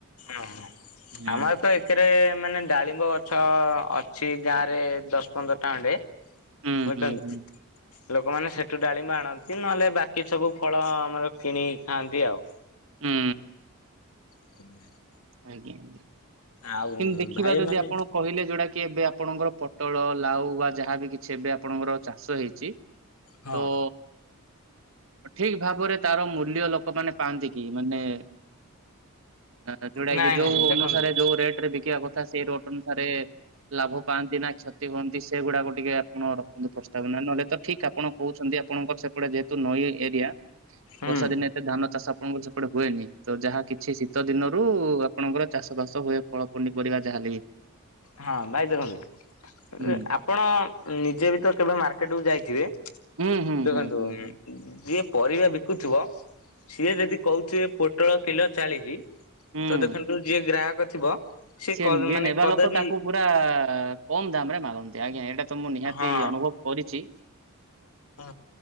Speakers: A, on the left (about 80°); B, on the right (about 60°).
A: ହଁ
B: ହୁଁ
A: ଆମ ଏ ତ ଥିରେ ମାନେ ଡାଳିମ୍ବ ଗଛ ଅଛି ଗାଁ ରେ ଦଶ ପନ୍ଦରଟା ଅଣ୍ଡେ
B: ହୁଁ
A: ମଚନ୍ତିି
B: ହୁଁ ହୁଁ
A: ଲୋକମାନେ ସେଠୁ ଡାଳିମ୍ମା ଆଣନ୍ତି ନହେଲେ ବାକି ସବୁ ଫଳ ଆମର କିଣି ଖାଆନ୍ତି ଆଉ।
B: ହୁଁ।
A: <inaudible>
B: ଆଜ୍ଞା ଆଞା
A: ଆଉ
B: କିମୁ ଦେଖିବା
A: ଭାଇ
B: ଯଦି
A: ମାନେ
B: ଆପଣ କହିଲେ ଯୋଉଟା କି ଏବେ ଆପଣଙ୍କର ପୋଟଳ ଲାଉ ବା ଯାହାବି କିଛି ଏବେ ଆପଣଙ୍କର ଚାଷ ହେଇଛି।
A: ହଁ
B: ତ ଠିକ ଭାବରେ ତାର ମୂଲ୍ୟ ଲୋକମାନୋନ ପାଆନ୍ତି କି ମାନେ ଯୋଉଟା
A: ନାଇଁ
B: କି ଯୋଉ
A: ନାଇଁ
B: ଅନୁସାରେ
A: ଦେଖନ୍ତୁ
B: ଯୋଉ ରେଟ ରେ ବିକିବା କଥା ସେଇ ରୋଟ ଅନୁସାରେ ଲାଭ ପାଆନ୍ତି ନା କ୍ଷତି ହୁଅନ୍ତି ସେଗୁଡାକ ଟିକେ ଆପଣ ରଖନ୍ତୁ ପ୍ରସ୍ତାବ ନହେଲେ ତ ଠିକ ଆପଣ କହୁଛନ୍ତି ଆପଣଙ୍କର ସେପଟେ ଯେହେତୁ ନଈ ଏରିଆ।
A: ହୁଁ
B: ବର୍ଷା ଦିନେ ଏତେ ଧାନ ଚାଷ ଆପଣଙ୍କର ସେପଟେ ହୁଏନି ତ ଯାହା କିଛି ଶୀତ ଦିନ ରୁ ଆପଣଙ୍କର ଚାଷ ବାସ ହୁଏ ଫଳ ପୁନିପରିବା ଯାହାଲେ କିି
A: ହଁ ବାଇଦ ଆପ
B: ହୁଁ
A: ଆପଣ ନିଜେ ବି ତ କେବେ ମାର୍କେଟକୁୁ ଯାଇଥିବେ।
B: ହୁଁ ହୁଁ
A: ଦେଖନ୍ତୁ
B: ହୁଁ ହୁଁ ହୁଁ
A: ଯିଏ ପରିବା ବିକୁଥିବ ସିଏ ଯଦି କହୁଥିବେ ପୋଟଳ କିଲୋ ଚାଳିଶ
B: ହୁଁ
A: ତ ଦେଖନ୍ତୁ
B: ହୁଁ।
A: ଯିଏ ଗ୍ରାହକ ଥିବ ସେ
B: ସିଏ ଯିଏ
A: ମାନେ
B: ନେବା
A: କଦାପି
B: ଲୋକ ତାକୁ ପୁରା କମ ଦାମ ରେ ମାଗନ୍ତି ଆଜ୍ଞା ଏଇଟା ତ ମୁଁ ନିହାତି
A: ହଁ
B: ଅନୁଭବ କରିଛି।
A: ହୁଁ